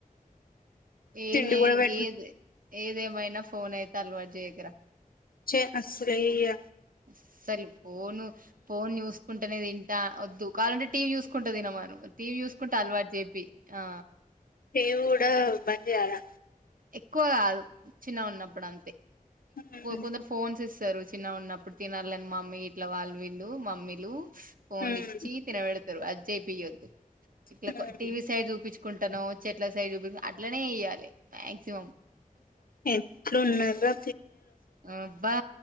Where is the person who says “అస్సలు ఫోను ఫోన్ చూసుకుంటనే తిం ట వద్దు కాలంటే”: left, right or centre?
Right